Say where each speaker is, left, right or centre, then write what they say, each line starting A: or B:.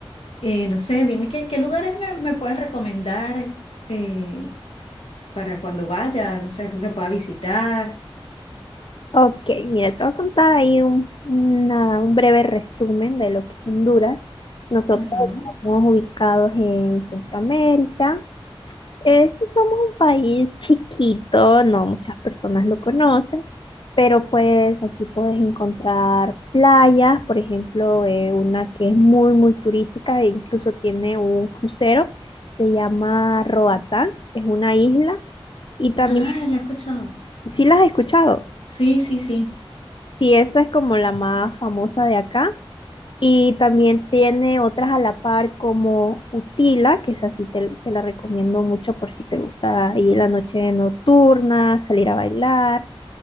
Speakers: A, on the left (about 90°); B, on the left (about 60°).
A: Eh, no sé, dime qué, qué lugares me, me puedes recomendar eh, para cuando vaya, no sé, algo que pueda visitar.
B: Ok, mira, te voy a contar ahí un, una- un breve resumen de lo que es Honduras. Nosotros
A: Ajá.
B: estamos ubicados en Centroamérica. Eh, sí somos un país chiquito, no muchas personas lo conocen, pero pues aquí puedes encontrar playas, por ejemplo, eh, una que es muy, muy turística e incluso tiene un crucero, se llama Roatán, es una isla. Y también,
A: Ah, la he escuchado.
B: sí las has escuchado?
A: Sí, sí, sí,
B: Sí, esta es como la más famosa de acá. Y también tiene otras a la par como Utila, que esa sí te, te la recomiendo mucho por si te gusta ir la noche nocturna, salir a bailar.